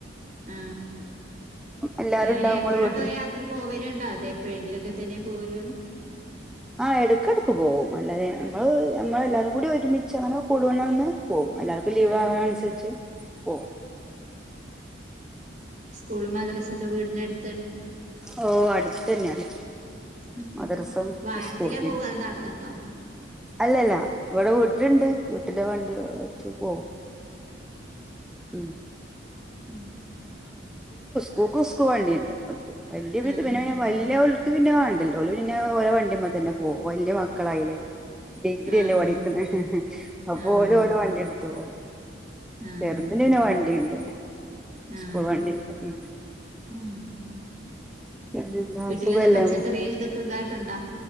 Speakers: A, on the right (about 40°); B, in the centre.
A: ആ
B: എല്ലാരും
A: ഇങ്ങനെ
B: ഉണ്ടാവുമ്പോള്
A: എപ്പോഴൊക്കെ
B: വീട്ടില്
A: യാത്ര പോവലുണ്ടോ അതെ എപ്പോഴെങ്കിലൊ ക്കെ തന്നെ പോവല്ലോള്ളു
B: ആ എടുക്കടു പോകും അല്ലാതെ നമ്മള് നമ്മളെല്ലാവരും കൂടി ഒരുമിച്ച് അങ്ങനെ കൂടുവെണന്ന് പോകും പ്പലീവാവൂനുസരിച്ച്
A: ആഹ്
B: പോം
A: സ്കൂള് മദ്രസ് ഒക്കെ വീടിനട്
B: ഓ അടുത്തനാണ്
A: ആഹ്
B: മദ്രസംസ്ക്കൂൾ
A: വാഹനത്തിലാ
B: പി
A: പോവാ അതോ നടന്നിട്ടോ
B: അല്ലല്ല ഇവടെ വീട്ടിലുണ്ട് വീട്ടലേ വണ്ടി ഓടിച്ച് പോവും ഉ
A: ഉം
B: കോക്കോസ്ക് വണ്ടി ഉണ്ട്ക്ക് വലിയ വിധനവന
A: ആഹ്
B: വല്ല <unintelligible> പിന്നെ വണ്ടല്ലോ ഓ ല് പിന്നെ ഓരോ വണ്ടിമ്മതന്നെ പോകും വലിയ മക്കളായില്ലേ ഡിഗ്രി
A: ആഹ്
B: അല്ലേ പഠിക്കണ അപ്പൊ
A: ആഹ്
B: ഓരോ ഓരോ വണ്ടി എടുത്തു പോ
A: ആഹ്
B: ചെറുതിനെ വണ്ടിണ്ട്
A: ആഹ്
B: സ്കൂൾ വണ്ടിണ്ട് ഉം
A: ആഹ്
B: ന്നെന്താ
A: വീട്ടിലെന്താ
B: സുഖല്ലേ
A: പച്ചക്കറിയും ഇതൊക്കെ ഇതാക്കണ്ടാ